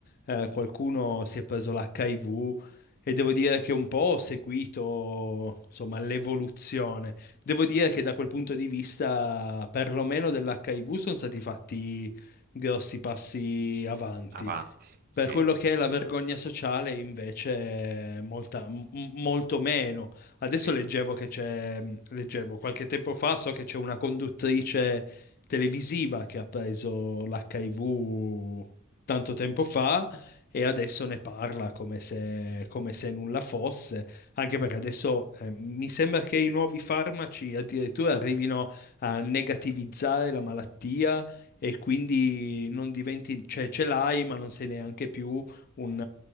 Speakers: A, on the left (about 40°); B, on the right (about 40°).
A: eh, qualcuno si è preso l'HIV e devo dire che un po' ho seguito insomma l'evoluzione. Devo dire che da quel punto di vista, perlomeno dell'HIV, sono stati fatti grossi passi avanti.
B: Avanti, sì,
A: Per quello che
B: sì,
A: è la vergogna sociale, invece, è molta- m- molto meno. Adesso
B: sì.
A: leggevo che c'è, leggevo qualche tempo fa, so che c'è una conduttrice televisiva che ha preso l'HIV tanto tempo fa e adesso ne parla come se, come se nulla fosse, anche perché adesso eh, mi sembra che i nuovi farmaci addirittura arrivino a negativizzare la malattia e quindi non diventi, cioè ce l'hai, ma non sei neanche più un,